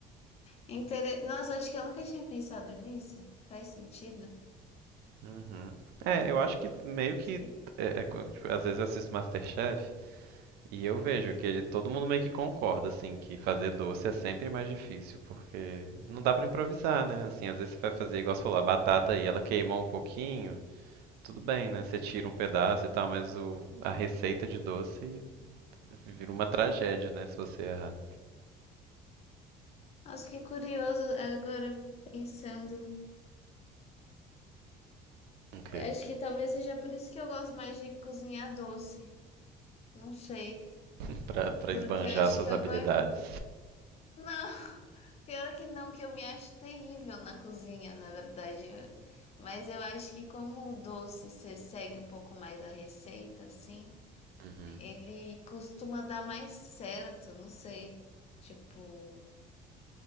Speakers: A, on the left; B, on the right.
A: Intere- Nossa, acho que eu nunca tinha pensado nisso. Faz sentido?
B: Uhum. É, eu acho que meio
A: Acho
B: que
A: que-
B: é, é co- tipo, às vezes eu assisto MasterChef e eu vejo que ele, todo mundo meio que concorda assim que fazer doce é sempre mais difícil, porque não dá pra improvisar, né? Assim, às vezes você vai fazer igual você falou, a batata e ela queimou um pouquinho, tudo bem, né? Você tira um pedaço e tal, mas o, a receita de doce vira uma tragédia, né, se você errar.
A: Nossa, que curioso agora pensando.
B: O quê?
A: Eu acho que talvez seja por isso que eu gosto mais de cozinhar doce. Não sei.
B: <laughs> Pra, pra
A: Porque
B: esbanjar
A: eu acho
B: suas
A: que eu
B: habilidades.
A: gosto. Não, <laughs> pior que não, que eu me acho terrível na cozinha, na verdade. Eu- Mas eu acho que como o doce você segue um pouco mais a receita, assim,
B: Uhum.
A: ele costuma dar mais certo, não sei. Tipo,